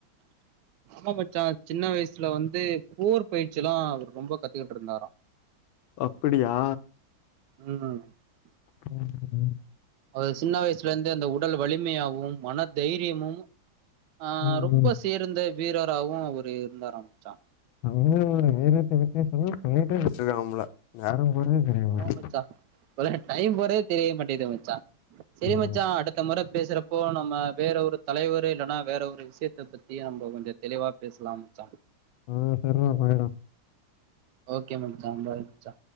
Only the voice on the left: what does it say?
அப்பிடியா
ம் ம்
ம்
ம் வீரத்தை பத்தி சொன்னா சொண்ணிட்டே வச்சிருக்கம்ல வோரும் போய <unintelligible> தெரிய
மாட்டேங்கிது
ஆமா
ம் சரிடா பாய்டா